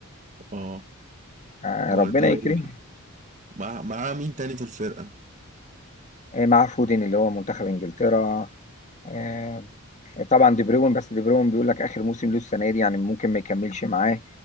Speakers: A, on the right; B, on the left.
A: اه
B: آه،
A: جوارديولا
B: ربنا يكرمه
A: مع مع مين تاني في الفرقه
B: آه، مع فودين اللي هو منتخب إنجلترا آه، طبعا دي بروين بس دي بروين بيقول لك اخر موسم له السنه دي يعني ممكن ما يكملش معاه